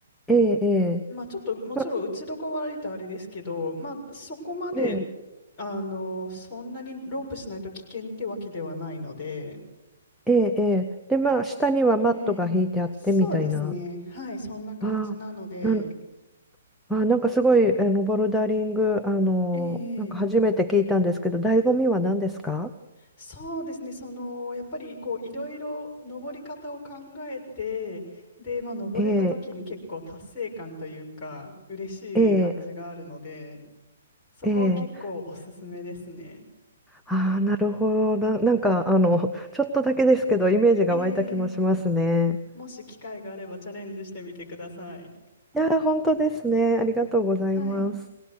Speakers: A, in the centre; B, on the left (about 20°).
A: ええ、ええ、
B: まあちょっともちろん打ちどこ悪いとあれですけど、
A: ま、
B: まあそこまで、
A: ええ、
B: あの、そんなにロープしないと危険ってわけではないので、
A: ええ、ええで、まあ、下にはマットが引いてあってみたいな。
B: ええそうですね。はい、そんな感じなので、
A: ああ、なん、あ、なんかすごい、あの、ボルダリング、あのー、
B: ええ
A: なんか初めて聞いたんですけど、醍醐味は何ですか
B: そうですね。その、やっぱりこう、いろいろ登り方を考えて、で、まあ登れた時に結構達成感というか、
A: ええ、
B: 嬉しい感じがあるので、
A: ええ、
B: そこは結構おすすめですね。
A: ええ。ああ、なるほど。な、なんか、あの、<laughs> ちょっとだけですけど、イメージが湧いた気もしますね。
B: ええもし機会があればチャレンジしてみてください。
A: いやー、本当ですね。ありがとうございます。
B: はい。